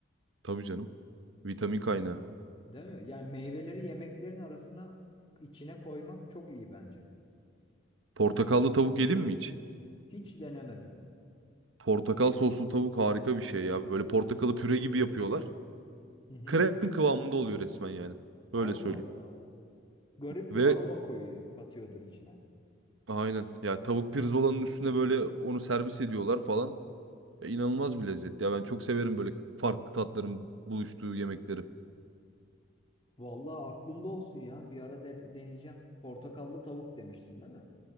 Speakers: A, on the right; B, on the left.
A: Tabii canım. Vitamin kaynağı.
B: Değil mi? Yani meyveleri yemeklerin arasına içine koymak çok iyi bence.
A: Portakallı tavuk yedin mi hiç?
B: Hiç denemedim.
A: Portakal soslu tavuk harika bir şey ya. Böyle portakalı püre gibi yapıyorlar.
B: Hı hı.
A: Krem kıvamında oluyor resmen yani. Öyle
B: Allah
A: söyleyeyim.
B: Allah. Garip
A: Ve
B: bir aroma koyuyor, katıyordur içine.
A: aynen ya tavuk pirzolanın üstüne böyle onu servis ediyorlar falan. Ya inanılmaz bir lezzet ya. Ben çok severim böyle farklı tatların buluştuğu yemekleri.
B: Vallahi aklımda olsun ya. Bir ara den- deneyeceğim. Portakallı tavuk demiştin değil mi?